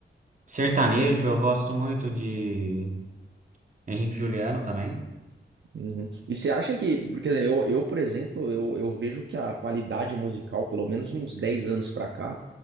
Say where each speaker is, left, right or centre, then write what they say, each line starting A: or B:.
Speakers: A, on the right (about 40°); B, on the right (about 70°).
A: Sertanejo, eu gosto muito de Henrique Juliano também.
B: Uhum. E você acha que, porque assim, eu, eu, por exemplo, eu, eu vejo que a qualidade musical, pelo menos de uns 10 anos pra cá,